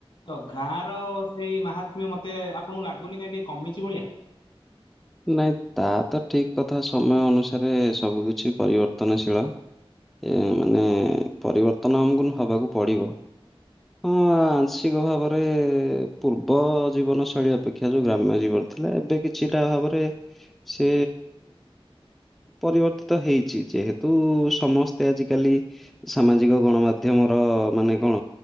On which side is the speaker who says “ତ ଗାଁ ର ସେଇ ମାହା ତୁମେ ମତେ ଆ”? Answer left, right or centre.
Left